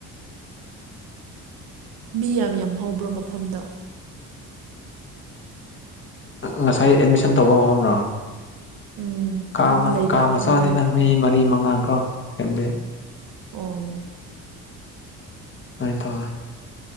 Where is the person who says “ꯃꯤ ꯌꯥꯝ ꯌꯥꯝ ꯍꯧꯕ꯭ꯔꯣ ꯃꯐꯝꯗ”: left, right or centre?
Right